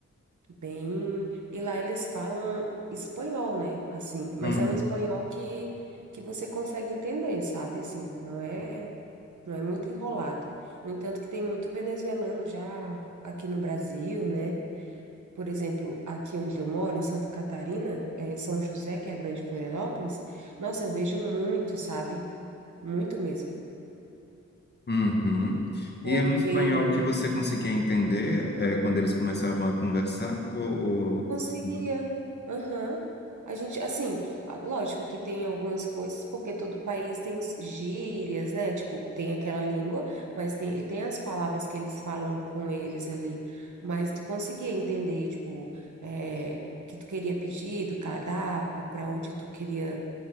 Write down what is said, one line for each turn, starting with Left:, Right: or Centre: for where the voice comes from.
Right: Bem. E lá eles falam espanhol, né? Assim, mas
Left: Hum,
Right: é um espanhol que, que você consegue entender, sabe? Assim, não é, não é muito enrolado. No entanto, que tem muito venezuelano já aqui no Brasil, né? Por exemplo, aqui onde eu moro, em Santa Catarina, é São José, que é a grande Florianópolis, nossa, eu vejo muito, sabe? Muito mesmo.
Left: Uhum. E
Right: Porque
Left: é um espanhol que você conseguia entender é, quando eles começavam a conversar? Ou,
Right: conseguia.
Left: ou-
Right: Aham. A gente, assim, a- lógico que tem algumas coisas, porque todo país tem gírias, né? Tipo, tem aquela língua, mas tem, tem as palavras que eles falam com eles ali. Mas tu conseguia entender, tipo, é, o que tu queria pedir do cardápio, para onde tu queria